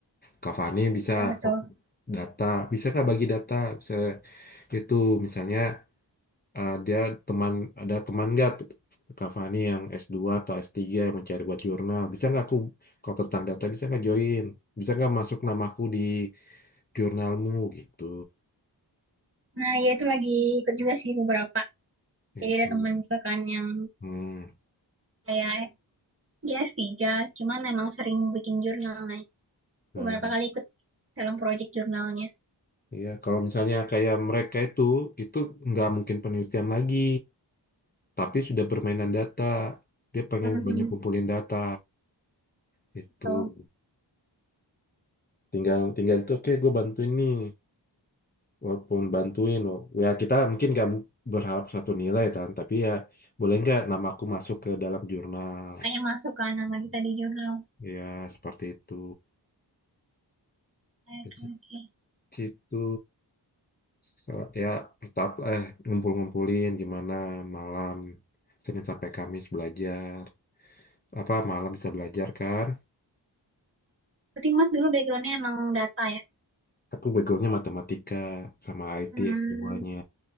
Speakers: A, on the left; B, on the right.
A: Cavani bisa
B: iya betul
A: fokus data, bisa nggak bagi data? Bisa itu misalnya eh, dia teman ada teman nggak Cavani yang s dua atau s tiga yang mencari buat jurnal, bisa nggak aku kalau tentang data bisa nggak join? Bisa nggak masuk namaku di jurnalmu gitu?
B: nah ya itu lagi ikut juga sih beberapa
A: Itu.
B: jadi ada teman juga kan yang
A: Hmm.
B: kayak dia S3 cuman emang sering bikin jurnal nah
A: Nah,
B: beberapa kali ikut dalam proyek jurnalnya
A: iya kalau misalnya kayak mereka itu itu nggak mungkin penelitian lagi. tapi sudah permainan data dia pengen
B: Mhm,
A: banyak kumpulin data itu
B: betul
A: tinggal tinggal itu oke gue bantuin nih walaupun bantuin wa- ya kita mungkin gak mu- berharap satu nilai kan tapi ya boleh nggak nama aku masuk ke dalam jurnal
B: kayak masuk kan nama kita di jurnal
A: ya seperti itu
B: oke
A: gitu
B: oke
A: Gitu. Sa- ya tetap eh ngumpul-ngumpulin gimana malam Senin sampai Kamis belajar apa malam bisa belajar kan
B: berarti mas dulu backgroundnya emang data ya
A: aku begonya matematika sama ITS
B: Hmm,
A: duanya